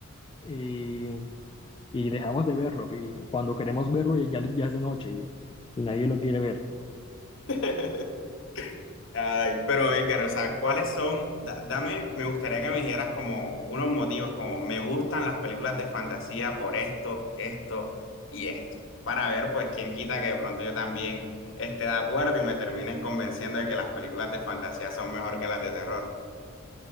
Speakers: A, on the left (about 25°); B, on the left (about 60°).
A: eh, y dejamos de verlo. Y cuando queremos verlo ya, ya, ya es de noche y, y nadie lo quiere ver.
B: <laughs> Ay, pero Edgar, o sea, ¿cuáles son? da- dame, me gustaría que me dijeras como unos motivos, como me gustan las películas de fantasía por esto, esto y esto, para ver, pues, quién quita que de pronto yo también esté de acuerdo y me termines convenciendo de que las películas de fantasía son mejor que las de terror.